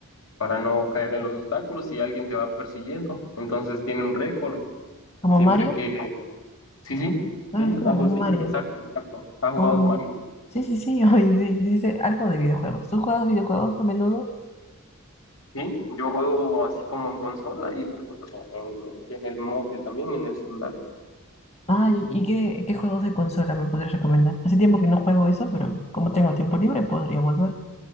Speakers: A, on the left; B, on the left.
A: para no caer en los obstáculos y alguien te va persiguiendo. Entonces tiene un récord
B: ¿Como
A: siempre
B: Mario?
A: que... Sí, sí,
B: Ah,
A: sí,
B: es como
A: algo
B: un
A: así,
B: Mario.
A: exacto, exacto. ¿Has jugado
B: Como, como...
A: Mario?
B: Sí, sí, sí, <laughs> oye, sí, sí, sí, algo de videojuegos. ¿Tú juegas videojuegos a menudo?
A: Sí, yo juego así como en consola y en, en el móvil también, en el celular.
B: Ay, ¿y qué, qué juegos de consola me podrías recomendar? Hace tiempo que no juego eso, pero como tengo tiempo libre, podría volver.